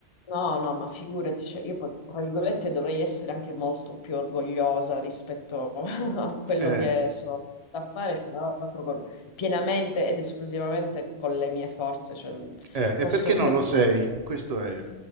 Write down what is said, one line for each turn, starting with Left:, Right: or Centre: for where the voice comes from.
Left: no, no, ma figurati, cioè io, tra virgolette, dovrei essere anche molto più orgogliosa rispetto <laughs> a quello
Right: Eh,
Left: che sono a fare, tra l'altro, con- pienamente ed esclusivamente con le mie forze, cioè,
Right: Eh, e
Left: posso
Right: perché
Left: dire,
Right: non lo sei? Questo è